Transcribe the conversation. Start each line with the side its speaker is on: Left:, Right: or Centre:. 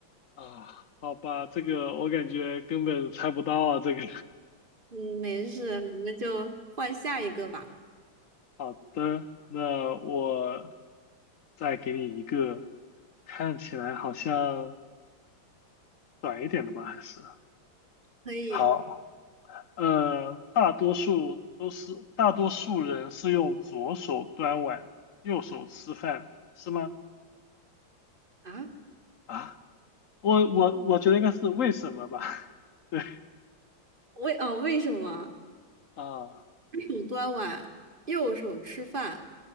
Left: 啊，好吧，这个我感觉根本猜不到啊，这个。
Right: 嗯，没事，我们就换下一个吧。
Left: 好的，那我再给你一个看起来好像短一点的吧，还是
Right: 可以
Left: 好，呃，大多数都是大多数人是用左手端碗，右手吃饭，是吗？
Right: 啊？
Left: 啊，我我我觉得应该是为什么吧？<laughs> 对
Right: 为哦，为什么
Left: 啊，
Right: 左手端碗，右手吃饭？